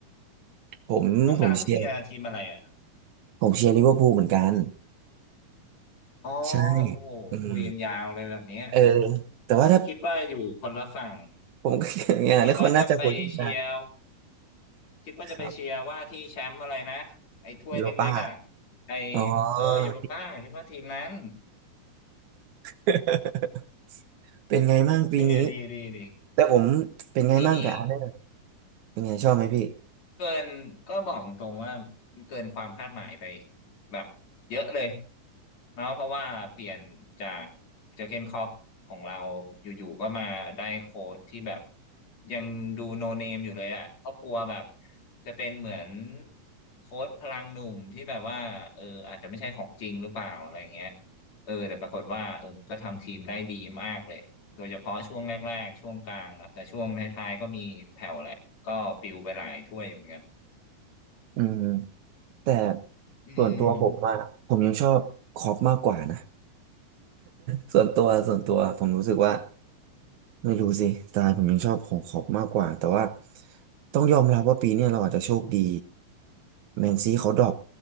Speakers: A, on the right (about 70°); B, on the left (about 55°).
A: ผมผมเชียร์
B: น้องดำเชียร์ทีมอะไรอ่ะ
A: ผมเชียร์ลิเวอร์พูลเหมือนกัน
B: อ๋อ
A: ใช่
B: โอ้โหคุยกันยาวเลยแบบเนี้ย
A: อืมเออแต่ว่าถ้า
B: โอ้โหคิดว่าอยู่คนละฝั่ง
A: ผมก็ <laughs> อย่างนั้นคนน่าจะคุยกันได้
B: คิดว่าจะไปเชียร์ คิดว่าจะไปเชียร์ว่าที่แชมป์อะไรนะไอ้ถ้วยเล็กๆอ่ะ
A: ครับโลป้า
B: ไอ้
A: อ๋อ
B: เออยูโรป้าคิดว่าทีมนั้น
A: <laughs> เป็นไงมั่งปีนี้
B: โอเคดีดีดี
A: แต่ผมเป็นไงมั่งกับอาร์เซนอล
B: ปีนี้
A: เป็นไงชอบไหมพี่
B: เกินก็บอกตรงๆว่ามันเกินความคาดหมายไปแบบเยอะเลยเนาะเพราะว่าเปลี่ยนจากเจอร์เกนคล็อปของเราอยู่ๆก็มาได้โค้ชที่แบบยังดูโนเนมอยู่เลยอ่ะก็กลัวแบบจะเป็นเหมือนโค้ชพลังหนุ่มที่แบบว่าเอออาจจะไม่ใช่ของจริงหรือเปล่าอะไรเงี้ยเออแต่ปรากฏว่าเออก็ทำทีมได้ดีมากเลยโดยเฉพาะช่วงแรกๆช่วงกลางนะแต่ช่วงท้ายๆก็มีแผ่วแหละ ก็ปิวไปหลายถ้วยอยู่เหมือนกัน
A: อืมแต่
B: อืม
A: ส่วนตัวผมว่าผมยังชอบคล็อปมากกว่านะ <laughs> ส่วนตัวส่วนตัวผมรู้สึกว่าไม่รู้สิสไตล์ผมยังชอบของขอบมากกว่าแต่ว่าต้องยอมรับว่าปีเนี้ยเราอาจจะโชคดีแมนซีเขาดรอป